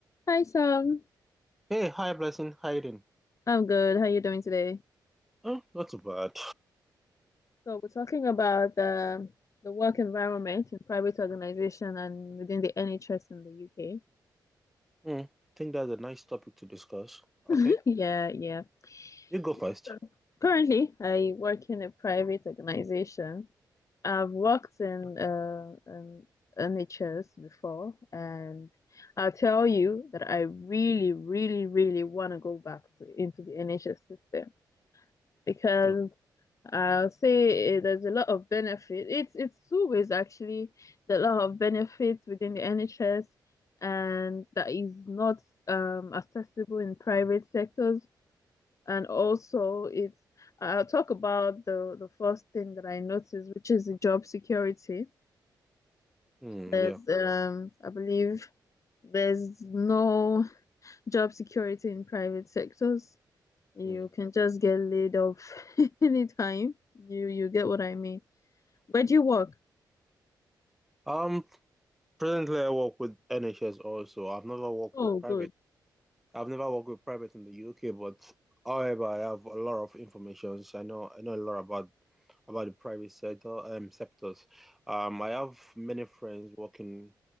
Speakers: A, on the left; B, in the centre.
A: Hi, Sam.
B: Hey, hi, Blessing. How you doing?
A: I'm good. How are you doing today?
B: Oh, not too bad.
A: So we're talking about the the work environment in private organization and within the NHS in the UK.
B: Hmm, I think that's a nice topic to discuss. Okay,
A: <laughs> Yeah, yeah.
B: you go
A: yeah.
B: first.
A: So currently, I work in a private organization. I've worked in uh an NHS before, and I'll tell you that I really, really, really want to go back to, into the NHS system because
B: Yeah.
A: I'll say eh, there's a lot of benefit. It's it's two ways actually. There's a lot of benefits within the NHS, and that is not um accessible in private sectors. And also, it's I'll talk about the the first thing that I noticed, which is the job security.
B: Hmm.
A: There's
B: yeah.
A: um I believe there's no job security in private sectors. You
B: Mm.
A: can just get laid off <laughs> anytime. You you get what I mean. Where do you work?
B: Um, presently I work with NHS also. I've never worked
A: Oh,
B: with private.
A: good.
B: I've never worked with private in the UK, but however, I have a lot of information. I know I know a lot about about the private sector um sectors. Um, I have many friends working